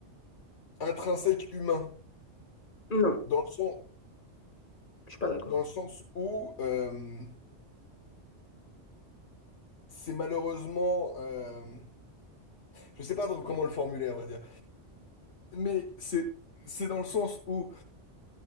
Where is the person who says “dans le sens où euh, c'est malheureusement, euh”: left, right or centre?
Left